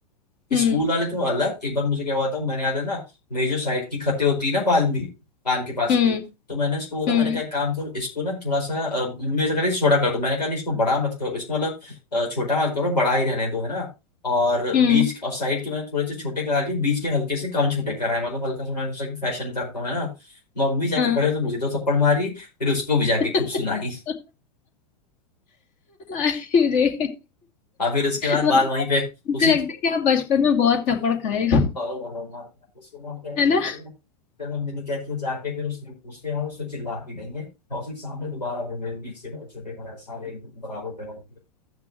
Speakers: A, on the left; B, on the left.
A: हम्म
B: स्कूल वाले तो अलग एक बार मुझे क्या हुआ था मैंने याद है ना मेरी जो साइड की खतें होती है ना बाल में कान के पास
A: हम्म
B: की तो मैंने उसको बोला
A: हम्म
B: मैंने कहा एक काम करो इसको ना थोड़ा सा अ, मम्मी ऐसा कर रही छोटा कर दो मैंने कहा नहीं इसको बड़ा मत करो इसको मतलब अ, छोटा मत करो बड़ा ही रहने दो है ना और
A: हम्म
B: बीच और साइड के मैंने थोड़े से छोटे करा लिए बीच के हल्के से कम छोटे कराए मतलब हल्का सा मैंने सोचा कि फैशन करता हूँ है ना मम्मी जाके
A: हाँ
B: पहले तो मुझे दो थप्पड़ मारी फिर उसको भी जाके
A: <laughs>
B: खूब सुनाई
A: अरे
B: और फिर उसके बाद
A: मतलब
B: बाल वहीं पे
A: मुझे
B: उसी
A: लगता है कि आप बचपन में बहुत थप्पड़ खाए हो
B: और वाला मार मार उसको मार क्या करती
A: है ना
B: है फिर मम्मी ने क्या किया जाके फिर उसने उसके यहाँ उसको चिल्लाती नहीं है और उसके सामने दोबारा फिर मेरे बीच के भाई छोटे का सारे एक दूसरे बराबर पहन दिए